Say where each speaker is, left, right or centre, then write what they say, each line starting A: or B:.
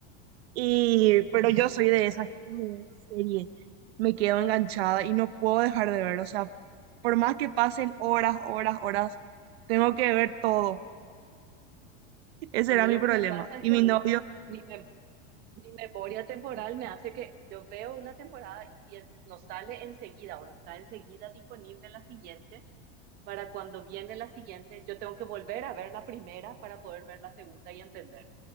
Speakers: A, on the right (about 65°); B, on the right (about 30°).
A: Y, pero yo soy de esas que cuando veo una serie, me quedo enganchada y no puedo dejar de ver. O sea, por más que pasen horas, horas, horas, tengo que ver todo. Ese
B: A
A: era
B: mí lo
A: mi problema.
B: que me pasa es
A: Y
B: que
A: mi novio,
B: mi, mem- mi memoria temporal me hace que yo veo una temporada y si en- no sale enseguida o no está enseguida disponible la siguiente, para cuando viene la siguiente, yo tengo que volver a ver la primera para poder ver la segunda y entender.